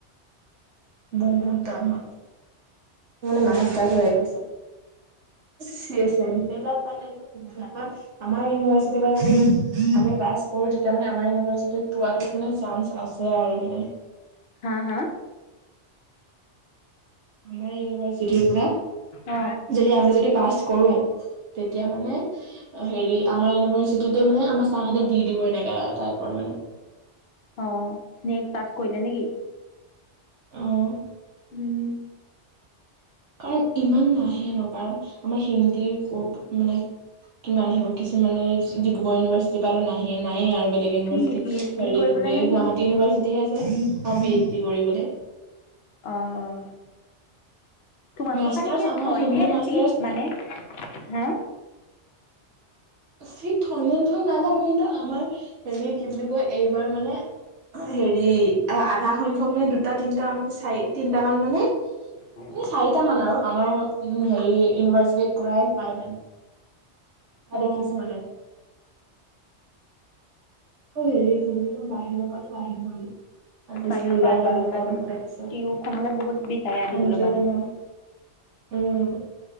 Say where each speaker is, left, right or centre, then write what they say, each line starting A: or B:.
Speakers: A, on the right; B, on the left.
A: বহুত তান মোৰ মানে মাথা-চাথা ঘূৰাই গৈছে। চে চেম টেজা পালে গৈ। আমাক আমাৰ ইউনিভাৰ্চিটিৰ যদি আমি। পাচ তেতিয়া মানে আমাৰ ইউনিভাৰ্চিটিত পোৱাতোত মানে চান্স আছে আৰু মানে।
B: হা হা।
A: আমাৰ ইউনিভাৰ্চিটিৰ পৰা।
B: অ
A: যদি আমি যদি পাছ কৰো তেতিয়া মানে। এ, হেৰি আমাৰ ইউনিভাৰ্চিটিতে মানে, আমাৰ চাৰহঁতে দি দিব এনেকা টাইপৰ মানে।
B: অ'নেট পাছ কৰিলে নেকি?
A: অ'।
B: উম।
A: কাৰণ ইমান নাহে ন? কাৰণ আমাৰ হিন্দীৰ ক'ত মানে কিমান আহিব? কিছুমানে ডিব্ৰুগড় ইউনিভাৰ্চিটিৰ পৰাটো নাহে, নায়েই আৰু বেলেগ। বেলেগ ইউনিভাৰ্চিটি,
B: কি পি এইচ ডি
A: হেৰি
B: কৰিবলে
A: কি বুলি কয়,
B: নে
A: গুৱাহাটী ইউনিভাৰ্চিটি হে আছে। অ, পি এইচ ডি কৰিবলে।
B: অ, অ। তোমালোকৰ
A: মাষ্টাৰ্চ
B: কাৰণে ইনেই
A: আমাৰ
B: থয়
A: হিন্দী
B: নে,
A: মাষ্টাৰ্চ
B: চিট মানে? হা?
A: চিট থয় নে নথয় নাজানো? কিন্তু আমাৰ হেৰি, কি বুলি কয় এইবাৰ মানে অ হেৰি, আ-আধা সংখ্যক মানে দুটা, তিনিটা, চাৰি, তিনিটামান মানে
B: উম।
A: এ চাৰিটা মান আৰু, আমাৰ ইউ হেৰি, ইউনিভাৰ্চিটিত কৰাই পায় মানে। পোৱা
B: অ',
A: দেখিছো মানে। অ' হেৰি কি বুলি কয়, বাহিৰৰ পৰাতো আহিবই। অবয়াচলি,
B: বাহিৰৰ
A: এইবাৰো
B: পৰা আহিবই
A: বাহিৰৰ
B: কাৰণ
A: পৰা বহুত আহিছে। চেন্ট্ৰেল
B: টিউখনলৈ বহুত বিচাৰে আহিবলৈ মানে।
A: ন। উম।